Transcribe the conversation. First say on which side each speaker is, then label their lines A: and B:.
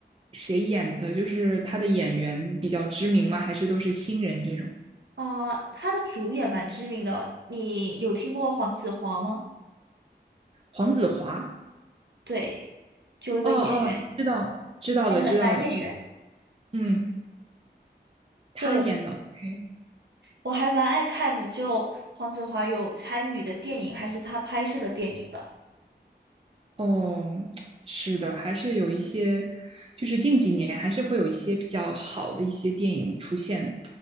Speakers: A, on the right (about 30°); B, on the right (about 75°).
A: 谁演的？就是他的演员比较知名吗？还是都是新人这种？
B: 啊、他的主演蛮知名的，你有听过黄子华吗？
A: 黄子华？
B: 对，就一个演员，
A: 哦哦，知道知道的知道的，
B: 那个男演员。
A: 嗯，他演的。
B: 对，
A: OK
B: 我还蛮爱看，就黄子华有参与的电影，还是他拍摄的电影的。
A: 哦，是的，还是有一些，就是近几年还是会有一些比较好的一些电影出现，